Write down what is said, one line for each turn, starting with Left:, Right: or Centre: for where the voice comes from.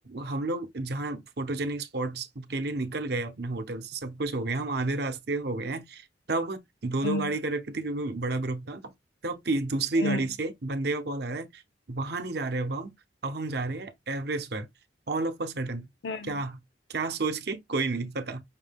Right: हम लोग जहाँ फोटोजेनिक स्पॉट्स के लिए निकल गए अपने होटल से सब कुछ हो गया हम आधे रास्ते हो गए हैं तब दो
Left: हम्म
Right: दो गाड़ी कर रखी थी क्योंकि बड़ा ग्रुप था तब पी- दूसरी गाड़ी
Left: हम्म
Right: से बंदे का कॉल आ रहा है वहां नहीं जा रहे अब हम अब हम जा रहे हैं एवरेस्ट पर ऑल ऑफ अ सडन
Left: हम्म।
Right: क्या क्या सोच के कोई नहीं पता